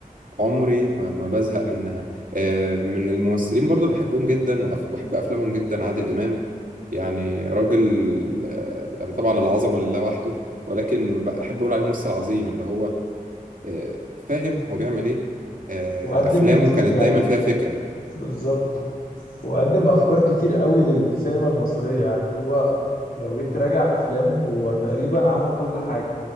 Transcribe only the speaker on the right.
عمري ما, ما بزهق منها آه، من الممثلين برضه اللي بحبهم جدا وأف- وأحب أفلامهم جدا عادل إمام يعني راجل آه، يعني طبعا العظمة لله وحده ولكن بحب أقول عليه ممثل عظيم اللي هو آه، فاهم هو بيعمل إيه آه،
أفلامه
كانت
دايما فيها فكرة